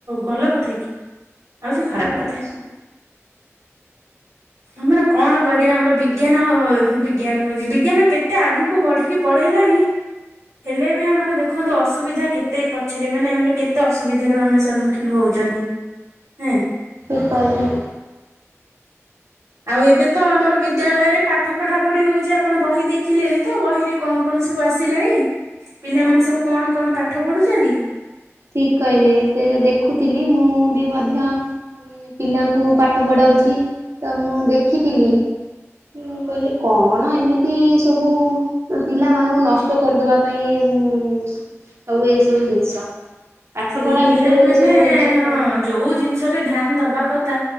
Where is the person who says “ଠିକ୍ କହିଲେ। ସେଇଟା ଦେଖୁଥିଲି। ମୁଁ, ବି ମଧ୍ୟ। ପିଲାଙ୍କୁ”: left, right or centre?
Right